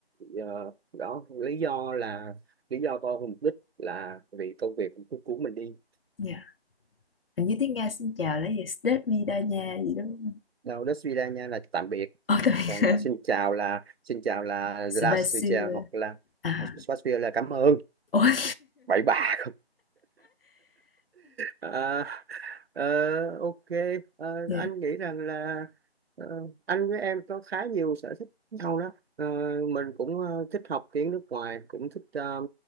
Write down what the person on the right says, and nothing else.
ờ, đó lý do là lý do to hơn mục đích là vì công việc cứ cuốn mình đi
đâu đó suy ra nha là tạm biệt
còn
ờ, xin chào là xin chào là
Zdravstvuyte hoặc là
Spasibo là cảm ơn
bye bye Ờ, ờ, ok Ờ,
anh nghĩ rằng là ờ, anh với em có khá nhiều sở thích nhau đó Ờ, mình cũng ờ, thích học tiếng nước ngoài cũng thích ờ,